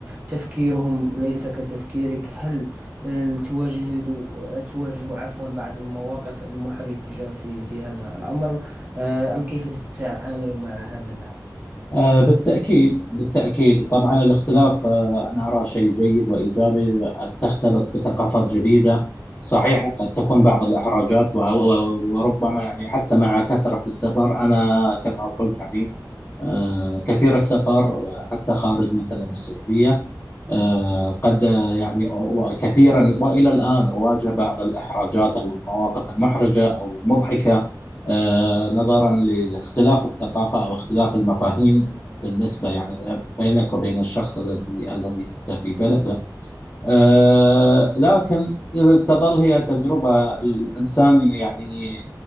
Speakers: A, on the right; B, on the left.
A: تفكيرهم ليس كتفكيرك هل آه، تواجه تواجه عفوا بعض المواقف المحرجة في في هذا الأمر آه، أم كيف تتعامل مع هذا النحو
B: آه، بالتأكيد بالتأكيد طبعا الاختلاف آه، أنا أرى شيء جيد وإيجابي أن تختلط بثقافات جديدة صحيح قد تكون بعض الإحراجات و- و- وربما يعني حتى مع كثرة السفر أنا كما قلت يعني آه، كثير السفر آه، حتى خارج مثلا السعودية آه، قد آه، يعني وكثيرا والى الان اواجه بعض الاحراجات او المواقف المحرجه او المضحكه آه، نظرا لاختلاف الثقافه او اختلاف المفاهيم بالنسبه يعني بينك وبين الشخص الذي الذي انت في بلده آه، لكن إذا تظل هي تجربة الإنسان يعني